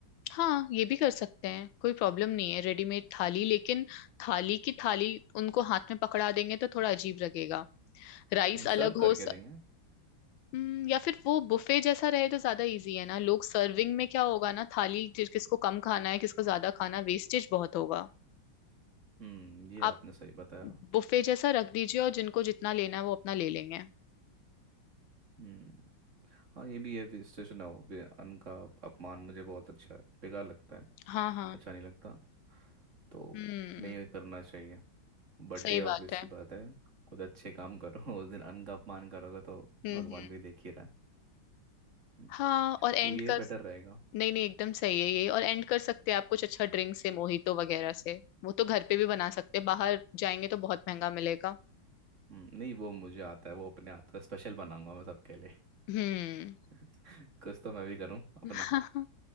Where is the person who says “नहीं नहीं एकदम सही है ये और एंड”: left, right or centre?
Left